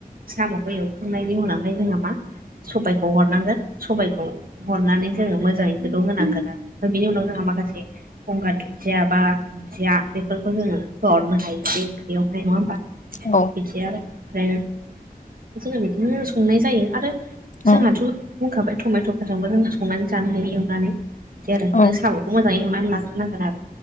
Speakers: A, on the right; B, on the left.
A: साम'खौ एव नायनि उनावहाय जोंहा मा सबायखौ हरनांगोन सबबायखौ हरनानै जोङो मोजाङै गोदौ होनांगोन आरो। दा बिनि उनाव जोंहा माखासे गंगार दुन्दिया बा दुन्दिया बेफोरखौ जोङो होहरनो हायो बे ओंख्रियावहाय नङा होमबा
B: औ
A: <unintelligible> आरो ओमफ्राय जों बिदिनो संनाय जायो आरो
B: औ
A: जोंहाथ' बुंखाबाय टमेट'फोरजोंबो जोंङो संनानै जानो हायो एवनानै बिदि आरो
B: औ
A: हो साबो। मोजाङै एवनानै लाग्रोनांगोन आरो।